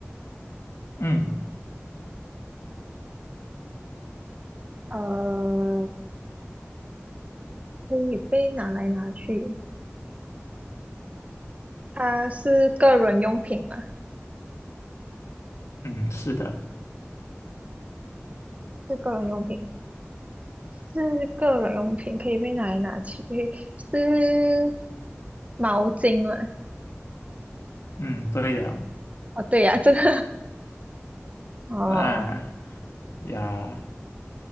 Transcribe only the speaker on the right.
呃，可以被拿来拿去。它是个人用品吗？
是个人用品，是个人用品，可以被拿来拿去。是毛巾吗？
哦，对呀、这个 <laughs> 哦，